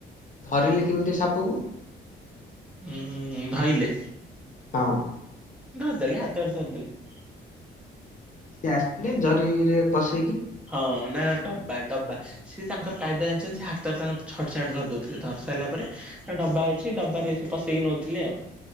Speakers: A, on the left (about 40°); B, in the centre.
A: ଧରିଲେ କେମିତି ସାପକୁ।
B: ହୁଁ ଧଇଲେ।
A: ହଁ।
B: ଧରଦେଲେ ହାତରେ ଧରିଦେଲେ।
A: ସିଏ ଆସିଥିଲେ ଜରିରେ ପସେ।
B: ହଁ ନା ଡବା ଡବା ସେ ତାଙ୍କର କାଇଦା ଜାଣିଛନ୍ତି। ସେ ହାତରେ ତାଙ୍କୁ ଛଟ ଛାଟ ଧରି ଦଉଥିଲେ ଧରି ସାରିଲା ପରେ ତା ଡବା ଅଛି ଡବାରେ ସେ ପସେଇକି ନଉଥିଲେ ଆଉ।